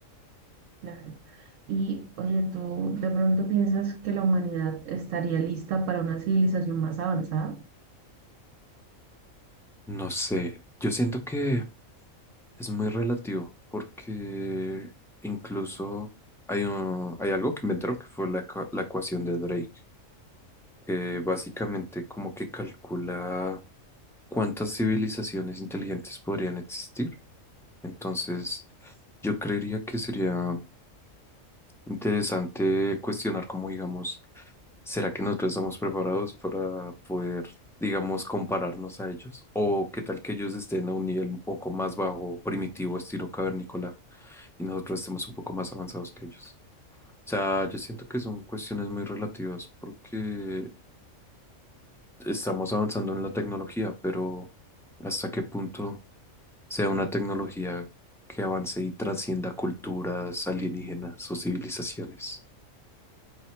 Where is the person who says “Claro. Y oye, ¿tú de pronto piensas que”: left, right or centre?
Right